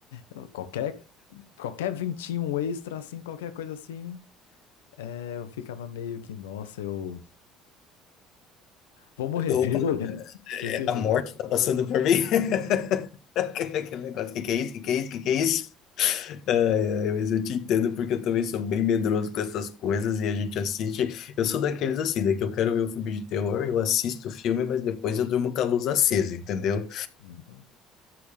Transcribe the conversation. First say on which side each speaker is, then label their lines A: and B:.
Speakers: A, on the left; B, on the left.
A: eu- qualquer, qualquer ventinho extra, assim, qualquer coisa assim, é, eu ficava meio que, nossa, eu vou morrer.
B: Opa,
A: <laughs> Desse
B: é, a
A: jeito.
B: morte tá passando por mim? <laughs> Aquele aquele negócio, o que que é isso? O Que que é isso? O Que que é isso? Ai, ai, mas eu te entendo porque eu também sou bem medroso com essas coisas e a gente assiste. Eu sou daqueles assim, né? Que eu quero ver um filme de terror, eu assisto o filme, mas depois eu durmo com a luz acesa, entendeu?
A: Uhum.